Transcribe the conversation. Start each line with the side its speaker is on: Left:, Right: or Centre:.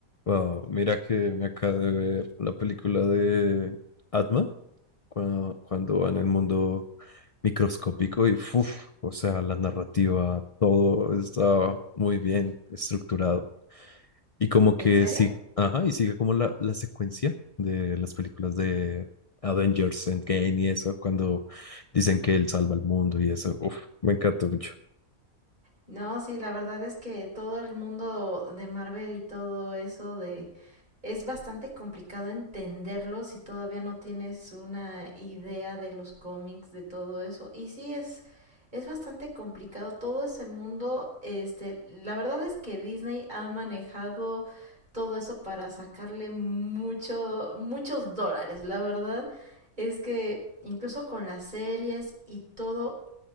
Left: Wow, mira que me acabo de ver la película de Atma cuando, cuando va en el mundo microscópico y ¡fuf! o sea, la narrativa, todo está muy bien estructurado. Y como que
Right: ¿En serio?
Left: sí, ajá, y sigue como la, la secuencia de las películas de Avengers Endgame y eso, cuando dicen que él salva al mundo y eso, uf, me encantó mucho.
Right: No, sí, la verdad es que todo el mundo de Marvel y todo eso de es bastante complicado entenderlo si todavía no tienes una idea de los cómics, de todo eso. Y sí es es bastante complicado todo ese mundo, este, la verdad es que Disney ha manejado todo eso para sacarle mucho muchos dólares, la verdad es que incluso con las series y todo